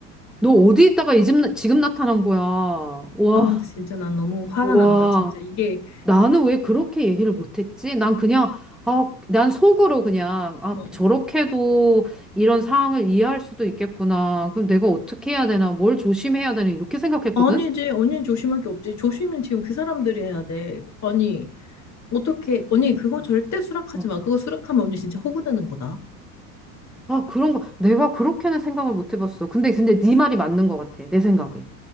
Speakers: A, in the centre; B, on the left.
A: 너 어디 있다가 이 집- 나- 지금 나타난 거야. 와,
B: 아, 근데 진짜 난 너무 화가
A: 와.
B: 난다, 진짜. 이게.
A: 나는 왜 그렇게 얘기를 못했지? 난 그냥, 아, 난 속으로 그냥, 아,
B: 어.
A: 저렇게도 이런 상황을 이해할 수도 있겠구나. 그럼 내가 어떻게 해야 되나? 뭘 조심해야 되나? 이렇게 생각했거든?
B: 아니지, 언니 조심할 게 없지. 조심은 지금 그 사람들이 해야 돼. 아니, 어떻게, 언니 그거 절대 수락하지
A: 응.
B: 마. 그거 수락하면 언니 진짜 호구되는 거다.
A: 아, 그런 거. 내가 그렇게는 생각을 못 해봤어. 근데, 근데 네 말이 맞는 것 같아. 내 생각에.